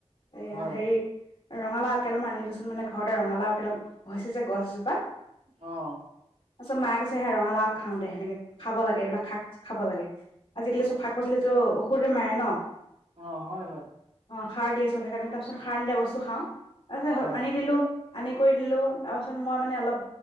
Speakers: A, on the left (about 55°); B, on the right (about 65°).
A: এয়া
B: হয়
A: হেৰি। ৰঙালাও আগ কেইডালমান আনিবি চোন, মানে ঘৰতে ৰঙালাও আগকেইটা হৈছে যে গছজোপাত।
B: অঁ।
A: তাৰ পাছত মায়ে। কৈছে হে ৰঙালাও আগ খাও দে সেনেকে খাব লাগে। এইবিলাক শাক খাব লাগে আজিকালি চব শাক পাচলিতো ঔষধে মাৰে ন?
B: অ, হয় হয়।
A: অ খাৰ দিয়ে চব। সেইকাৰে তাৰপাছত সাৰ নিদিয়া বস্তু খাও। তাৰ পাছত
B: হয়
A: আনি দিলো। আনি কৰি দিলো, তাৰ পাছত মই মানে অলপ